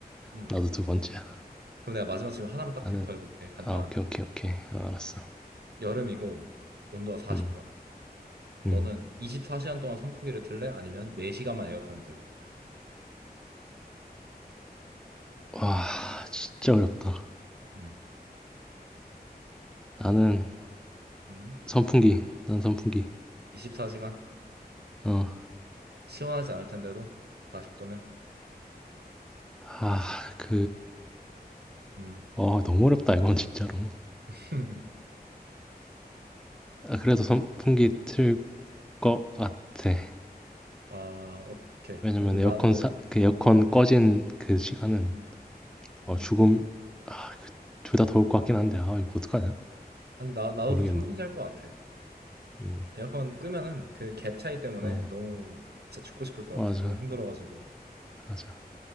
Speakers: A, on the right; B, in the centre.
A: 음,
B: 나도 두 번째야.
A: 그럼 내가 마지막 질문 하나만 딱
B: 나는,
A: 더 해볼게. 간단한
B: 아, 오케이,
A: 거.
B: 오케이, 오케이. 어, 알았어.
A: 여름이고 온도가 40도야.
B: 음,
A: 너는
B: 음.
A: 24시간 동안 선풍기를 틀래? 아니면 4시간만 에어컨을 틀래?
B: 와, 진짜 어렵다.
A: 음,
B: 나는
A: 음.
B: 선풍기. 난 선풍기.
A: 24시간
B: 어.
A: 시원하지 않을 텐데도 40도면
B: 아 그
A: 음.
B: 어 너무 어렵다 이건 진짜로.
A: <laughs>
B: 아 그래도 선풍기 틀 것 같아.
A: 아, 오케이.
B: 왜냐면
A: 근데
B: 에어컨
A: 나도
B: 사 그 에어컨 꺼진 그 시간은
A: 음,
B: 어
A: 음.
B: 죽음 아 둘 다 더울 것 같긴 한데 아 이거 어떡하냐?
A: 근데 나 나도
B: 모르겠네.
A: 선풍기 할 것 같아.
B: 음.
A: 에어컨 끄면은 그 갭 차이 때문에
B: 어
A: 너무 진짜 죽고 싶을 것
B: 맞아.
A: 같아. 너무 힘들어가지고.
B: 맞아.